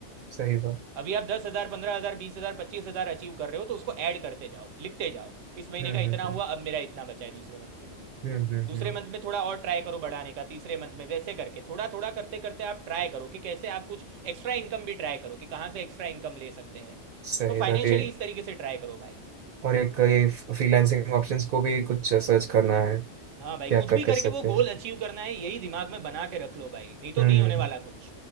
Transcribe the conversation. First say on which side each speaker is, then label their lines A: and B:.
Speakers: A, on the right; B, on the right.
A: सही बात
B: अभी आप दस हजार पंद्रह हजार बीस हजार पच्चीस हजार अचीव कर रहे हो तो उसको ऐड करते जाओ लिखते जाओ इस महीने
A: हम्म
B: का
A: हम्म
B: इतना हुआ अब मेरा इतना बचा है दूसरे मंथ के लिए
A: हम्म हम्म
B: दूसरे
A: हम्म
B: मंथ में थोड़ा और ट्राई करो बढ़ाने का तीसरे मंथ में वैसे करके थोड़ा थोड़ा करते करते आप ट्राई करो कि कैसे आप कुछ एक्स्ट्रा इनकम भी ट्राई करो कि कहाँ से एक्स्ट्रा इनकम ले सकते हैं
A: सही
B: तो फाइनेंशियली
A: बात है
B: इस तरीके से ट्राई करो भाई
A: और एक ये फ्रीलांसिंग ऑप्शंस को भी कुछ सर्च करना है
B: हाँ भाई
A: क्या
B: कुछ
A: कर
B: भी
A: कर
B: करके
A: सकते
B: वो
A: हैं
B: गोल अचीव करना है यही दिमाग में बना के रख लो भाई नहीं तो
A: हम्म
B: नहीं होने वाला कुछ